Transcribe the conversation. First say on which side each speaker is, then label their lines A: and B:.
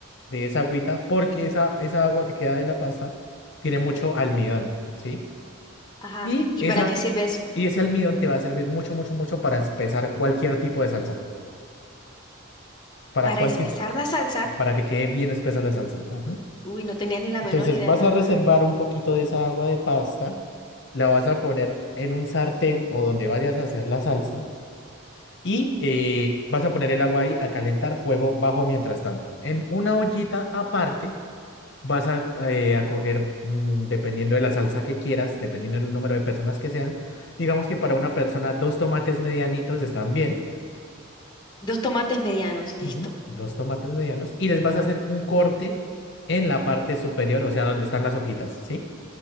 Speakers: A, on the left; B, on the left.
A: de esa agüita porque esa, esa agua que queda de la pasta tiene mucho almidón, ¿sí?
B: Ajá.
A: Y,
B: ¿Y
A: esa,
B: para qué sirve eso?
A: y ese almidón te va a servir mucho, mucho, mucho para espesar cualquier tipo de salsa para,
B: Para
A: cualquier,
B: espesar la salsa.
A: para que quede bien espesa la salsa. Ujú.
B: Uy, no tenía ni la
A: Entonces
B: menor idea,
A: vas
B: la
A: a
B: verdad.
A: reservar un poquito de esa agua de pasta, la vas a poner en un sartén o donde vayas a hacer la salsa y eh, vas a poner el agua ahí a calentar fuego bajo mientras tanto. En una ollita aparte vas a, eh, a coger, mm, dependiendo de la salsa que quieras, dependiendo del número de personas que sean, digamos que para una persona dos tomates medianitos están bien.
B: Dos tomates medianos, listo.
A: Ujú, Dos tomates medianos y les vas a hacer un corte en la parte superior, o sea, donde están las hojitas, ¿sí?